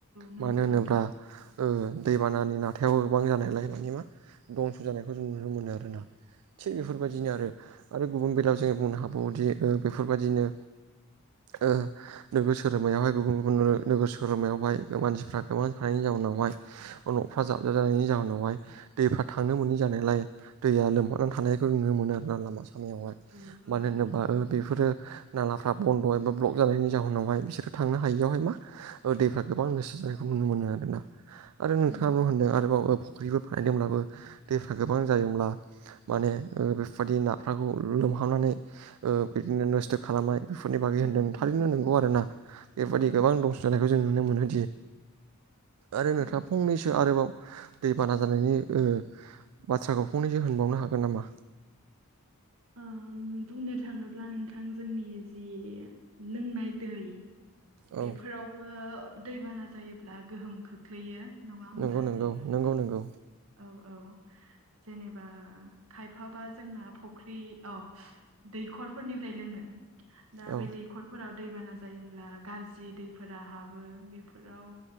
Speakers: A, on the right; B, on the right.
A: नंगौ
B: मानो होनोब्ला
A: नोंथां
B: ओ दैबानानि नाथायाव गोबां जानायलाय मानि मा दंस' जानायखौ जों नुनो मोनो आरोना थिग
A: औ
B: बेफोरबायदिनो
A: औ
B: आरो गुबुन बेलायाव जोङो बुंनो हाबवोदि ओ बेफोरबायदिनो ओ नोगोर सहोरमायावहाय गुबुन गुबुन नो नोगोर सोहोमायावहाय मानसिफ्रा गोबां थानायनि जाहोनावहाय न'फ्रा जाबजाब जानायनि जाहोनावहाय दैफ्रा थांनो मोनै जानायलाय दैया लोमहनानै थानायखौ नुनो मोनो आरोना लामा सामायावहाय।
A: औ औ
B: मानो होनोबा
A: नंगौ
B: ओ बेफोरो नालाफ्रा बन्द' एबा ब्लक जानायनि जाहोनावहाय बिसोरो थांनो हायियावहाय मा दैफ्रा गोबां गोसा जानायखौ नुनो मोनो आरो दा आरो नोंथाङाबो
A: उम
B: होनदों आरोबाव ओ फुख्रिफोर बानायदोंब्लाबो दैफ्रा गोबां जायोमब्ला माने ओ बेफोरबादि नाफ्राखौ लोमहाबनानै ओ बिदिनो नोस्थ' खालामनाय बेफोरनि बागै
A: औ
B: होनदों थारैनो नंगौ
A: उम
B: आरोना बेफोरबायदि
A: औ
B: गोबां दंस जानायखौ जों नुनो मोनोदि आरो
A: औ
B: नोंथा फंनैसो आरोबाव दै बाना जानायनि ओ बाथ्राखौ फंनैसो होनबावनो हागोन नामा?
A: ओम बुंनो थाङोब्ला नोंथां जोंनि जि लोंनाय दै
B: औ
A: बेफोरावबो दैबाना जायोब्ला गोहोम खो ख्लैयो नङा होमबा
B: नंगौ नंगौ
A: जे
B: नंगौ नंगौ
A: औ औ। जेनेबा खायफाबा जोंना फुख्रि अ दैखरफोरनिफ्राय लोङो दा
B: औ
A: बे दैखरफोराव दैबाना जायोब्ला गाज्रि दैफोरा हाबो बेफोराव